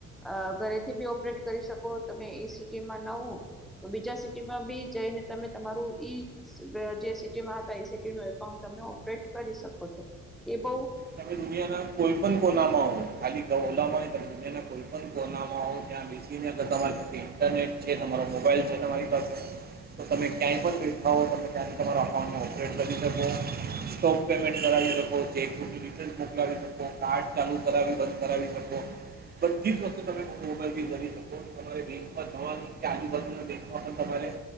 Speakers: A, in the centre; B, on the right (about 30°).
A: અ ઘરેથી બી ઓપરેટ કરી શકો તમે એ સિટી માં નવો તો બીજા સિટીમાં બી જઈને તમે તમારું ઈ જે સિટીમાં હતા એ સિટી ન એકાઉન્ટ તમે ઓપરેટ કરી શકો છો એ બ
B: તમે દુનિયાના કોઈ પણ કોનામાં ખાલી ઓલામાં ત દુનિયાના કોઈ પણ કોનામા હો ત્યાં અગર તમારી પાસે ઇન્ટરનેટ છે તમારો મોબાઈલ છે તમારી પાસે તો તમે ક્યાંય પણ બેઠા હો તમે ક્યાંથી તમારા અકાઉન્ટને ઓપરેટ કરી શકો સ્ટોક પેમેન્ટ કરાવી શકો ચ મોકલાવી શકો કાર્ડ ચાલુ કરાવી બંધ કરાવી શકો બધી જ વસ્તુ તમે મોબાઈલથી કરી શકો તમારે બેંકમાં જવાની કે આજુબાજુના બેંકમાં પણ તમારે